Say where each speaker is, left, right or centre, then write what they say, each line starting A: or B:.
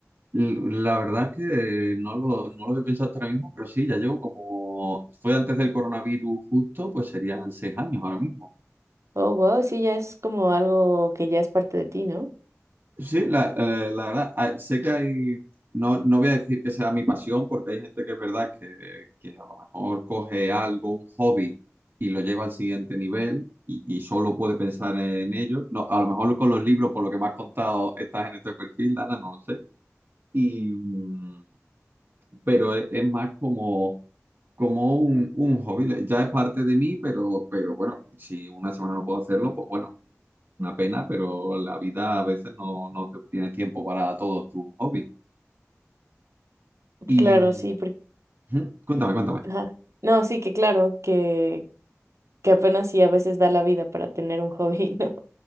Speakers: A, on the right; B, on the right.
A: L- La verdad es que no lo, no lo había pensado hasta ahora mismo, pero sí, ya llevo como, fue antes del coronavirus justo, pues serían seis años ahora mismo.
B: Oh, wow, sí, ya es como algo que ya es parte de ti, ¿no?
A: Sí, la, eh, la verdad, ah, sé que hay, no, no voy a decir que sea mi pasión, porque hay gente que es verdad que, que a lo mejor coge algo, un hobby, y lo lleva al siguiente nivel y, y solo puede pensar en ello. No, a lo mejor con los libros, por lo que me has contado, estás en este perfil, Dana, no lo sé. Y, mm, pero es, es más como como un, un hobby, ya es parte de mí, pero, pero bueno, si una semana no puedo hacerlo, pues bueno, una pena, pero la vida a veces no, no te tienes tiempo para todos tus hobbies. Y
B: Claro,
A: mm,
B: sí, porque...
A: ujú, cuéntame, cuéntame.
B: ajá. No, sí, que claro, que, que apenas sí a veces da la vida para tener un hobby, <laughs> ¿no?